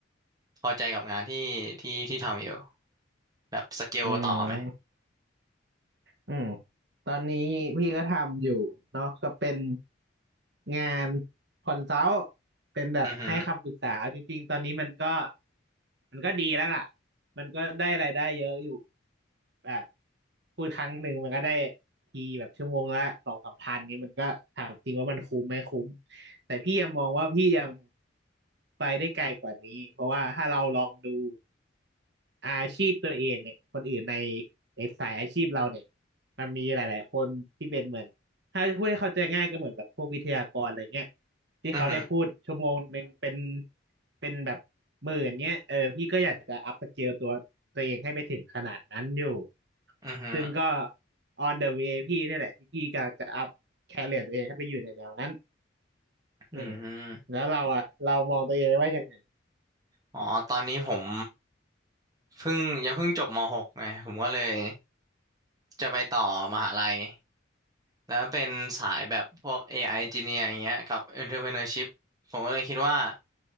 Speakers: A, on the right; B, on the right.
A: พอใจกับงานที่ที่ที่ทำอยู่แบบสเกลต่อไหม
B: อืมอืมตอนนี้พี่ก็ทำอยู่เนาะก็เป็นงานคอนซัลท์เป็นแบบให้คำปรึกษาเอาจริงๆตอนนี้มันก็
A: อือหือ
B: มันก็ดีแล้วล่ะมันก็ได้รายได้เยอะอยู่แบบพูดครั้งหนึ่งมันก็ได้ทีแบบชั่วโมงละสองสามพันนี้มันก็ถามจริงว่ามันคุ้มไหมคุ้ม แต่พี่ยังมองว่าพี่ยังไปได้ไกลกว่านี้เพราะว่าถ้าเราลองดูอาชีพตัวเองเนี่ยคนอื่นในในสายอาชีพเราเนี่ยมันมีหลายๆคนที่เป็นเหมือนถ้าจะพูดให้เข้าใจง่ายก็เหมือนแบบพวกวิทยากรอะไรเงี้ยที่เขาได้พูดชั่วโมงหนึ่งเป็น
A: อือหือ
B: เป็นแบบหมื่นเนี้ยเออพี่ก็อยากจะอัพสเกลตัวตัวเองให้ไปถึงขนาดนั้นอยู่
A: อือหือ
B: ซึ่งก็ on the way พี่นี่แหละที่พี่กำลังจะอัพแคเรียร์ตัวเองให้ไปอยู่ในแนวนั้น
A: อืม
B: อืมแล้วเราอ่ะเรามองตัวเองไว้ยังไง
A: อ๋อตอนนี้ผมเพิ่งยังเพิ่งจบมหกไงผมก็เลยจะไปต่อมหาลัยแล้วเป็นสายแบบพวก AI Engineer อย่างเงี้ยกับ Entrepreneurship ผมก็เลยคิดว่า